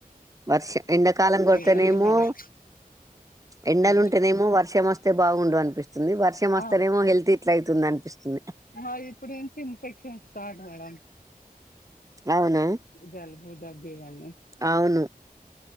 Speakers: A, on the right; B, on the left.
A: వర్ష ఎంండకాలం కొడతేనేమో
B: ఇవన్నీ మేడం
A: ఎండలు
B: మేడం
A: ఉంటేనేమో వర్షం వస్తే బాగుండు అనిపిస్తుంది వర్షం వస్తే
B: ఆ
A: వస్తేనేమో హెల్త్ ఇట్లా అవుతుంది అనిపిస్తుంది.
B: మా ఇప్పుడు నుంచి ఇన్ఫెక్షన్ స్టార్ట్ మేడం
A: అవునా
B: జలుబు దగ్గే కద నే
A: అవును